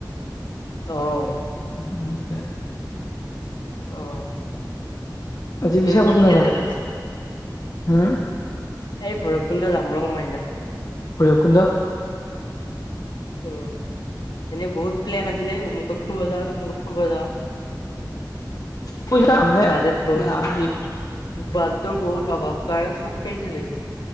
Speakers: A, on the left (about 75°); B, on the left (about 50°).
A: অ
B: উম', উম', উম', বেয়া', <inaudible>
A: অ
B: আজি পিছে
A: ৰুমত
B: কতো
A: কেতিয়া
B: না যা
A: যাবি
B: হুম'
A: এই ভৰকপিণ্ড যাম ৰং মাইনা
B: ভৈৰপকুণ্ড
A: উম', এনে বহুত প্লেন আছিলে অমুকত ফুৰীব যাও তমুকত ফুৰিব যাওঁ
B: পইচা হ'লে
A: বাজেট বহুত
B: যাবি
A: বাজেটৰ বহুত অভাৱ কাৰণে চব কেনচেল হৈছে